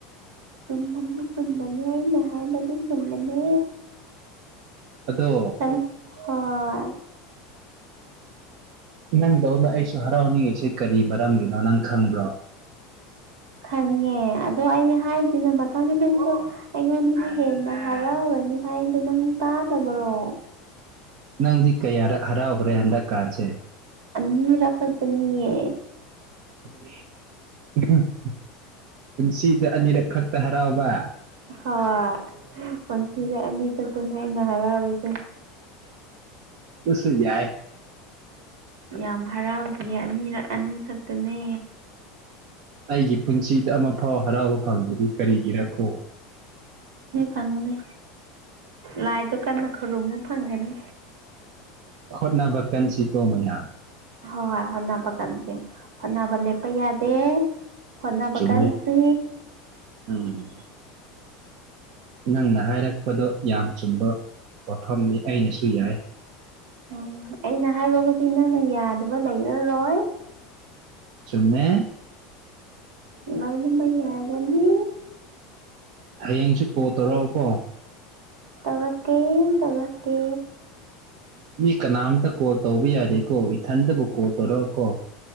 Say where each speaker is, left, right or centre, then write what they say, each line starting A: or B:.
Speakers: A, on the right; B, on the right.
A: ꯆꯨꯝꯕꯅꯤ ꯆꯨꯝꯕꯅꯤ ꯑꯩꯅ ꯍꯥꯏꯕꯗꯤ ꯆꯨꯝꯕꯅꯦ
B: ꯑꯗꯣ
A: ꯈꯪ ꯍꯣꯏ
B: ꯅꯪꯗꯧꯅ ꯑꯩꯁꯨ ꯍꯔꯥꯎꯅꯤꯡꯉꯤꯁꯦ ꯀꯔꯤ ꯃꯔꯝꯒꯤꯅꯣ ꯅꯪ ꯈꯪꯕ꯭ꯔꯣ
A: ꯈꯪꯉꯦ ꯑꯗꯣ ꯑꯩ ꯍꯥꯏꯗꯦꯅ ꯃꯊꯟꯗ ꯅꯪꯁꯨ ꯑꯩꯉꯣꯟꯗꯒꯤ ꯍꯦꯟꯅ ꯍꯔꯥꯎꯔꯅꯤ ꯍꯥꯏꯗꯣ ꯅꯪ ꯇꯥꯗꯕ꯭ꯔꯣ
B: ꯅꯪꯗꯤ ꯀꯌꯥꯔꯛ ꯍꯔꯥꯎꯒ꯭ꯔꯦ ꯍꯟꯗꯛꯀꯥꯟꯁꯦ
A: ꯑꯅꯤꯔꯛ ꯈꯛꯇꯅꯦ
B: <inaudible> ꯄꯨꯟꯁꯤꯗ ꯑꯅꯤꯔꯛ ꯈꯛꯇ ꯍꯔꯥꯎꯕ
A: ꯍꯣꯏ ꯄꯨꯟꯁꯤꯗ ꯑꯅꯤ ꯈꯛꯇꯅꯦ ꯑꯩꯅ ꯍꯔꯥꯎꯔꯤꯁꯦ
B: ꯑꯗꯨꯁꯨ ꯌꯥꯏ
A: ꯌꯥꯝ ꯍꯔꯥꯎꯈꯤꯌꯦ ꯑꯅꯤꯔꯛ ꯑꯅꯤ ꯈꯛꯇꯅꯦ
B: ꯑꯩꯒꯤ ꯄꯨꯟꯁꯤꯗ ꯑꯃꯐꯥꯎ ꯍꯔꯥꯎꯕ ꯐꯪꯗꯔꯤ ꯀꯔꯤꯒꯤꯔꯀꯣ
A: ꯐꯪꯅꯤ ꯂꯥꯏꯗꯣ ꯀꯟꯅ ꯈꯨꯔꯨꯝꯃꯨ ꯐꯪꯒꯅꯤ
B: ꯍꯣꯠꯅꯕ ꯀꯟꯁꯤꯀꯣ ꯃꯌꯥꯝ
A: ꯍꯣꯏ ꯍꯣꯠꯅꯕ ꯀꯟꯖꯦ ꯍꯣꯠꯅꯕ ꯂꯦꯞꯄ ꯌꯥꯗꯦ ꯍꯣꯠꯅꯕ
B: ꯆꯨꯝꯃꯤ
A: ꯀꯟꯁꯤ
B: ꯎꯝ ꯅꯪꯅ ꯍꯥꯏꯔꯛꯄꯗꯣ ꯌꯥꯝ ꯆꯨꯝꯕ ꯋꯥꯐꯝꯅꯤ ꯑꯩꯅꯁꯨ ꯌꯥꯏ
A: ꯎꯝ ꯑꯩꯅ ꯍꯥꯏꯕꯈꯨꯗꯤꯡ ꯅꯪꯅ ꯌꯥꯗꯕ ꯂꯩꯔꯔꯣꯏ
B: ꯆꯨꯝꯃꯦ
A: ꯂꯣꯏꯅꯃꯛ ꯌꯥꯒꯅꯤ
B: ꯍꯌꯦꯡꯁꯨ ꯀꯣꯜ ꯇꯧꯔꯛꯑꯣꯀꯣ
A: ꯇꯧꯔꯛꯀꯦ-ꯇꯧꯔꯛꯀꯦ
B: ꯃꯤ ꯀꯅꯥꯝꯇ ꯀꯣꯜ ꯇꯧꯕ ꯌꯥꯗꯦꯀꯣ ꯏꯊꯟꯗꯕꯨ ꯀꯣꯜ ꯇꯧꯔꯛꯑꯣꯀꯣ